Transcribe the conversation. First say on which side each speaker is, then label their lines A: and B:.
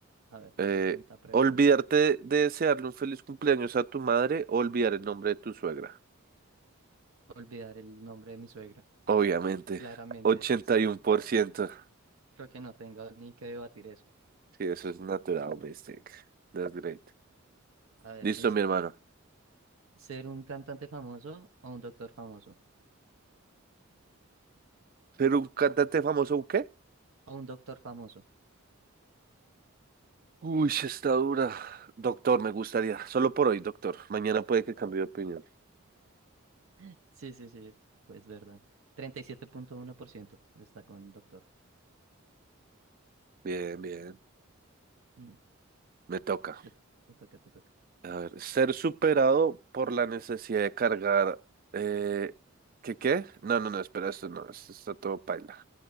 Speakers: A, on the right; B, on the right.
A: A ver,
B: Eh,
A: pregunta, pregunta.
B: olvidarte de de desearle un feliz cumpleaños a tu madre o olvidar el nombre de tu suegra.
A: Olvidar el nombre de mi suegra.
B: Obviamente,
A: Claramente,
B: ochenta
A: sí.
B: y uno por ciento.
A: Creo que no tengo ni que debatir eso.
B: Sí, eso es natural, mistake. That's great.
A: A ver,
B: Listo,
A: dice,
B: mi hermano.
A: ¿ser un cantante famoso o un doctor famoso?
B: ¿Pero un cantante famoso, un qué?
A: O un doctor famoso.
B: Uy, sí está dura. Doctor, me gustaría. Solo por hoy, doctor. Mañana puede que cambie de opinión.
A: <laughs> Sí, sí, sí. Pues verdad. 37.1% está con doctor.
B: Bien, bien.
A: Mm,
B: Me toca.
A: te, to- te toca, te toca.
B: A ver, ser superado por la necesidad de cargar. Eh, ¿qué qué? No, no, no, espera, esto no, esto está todo paila.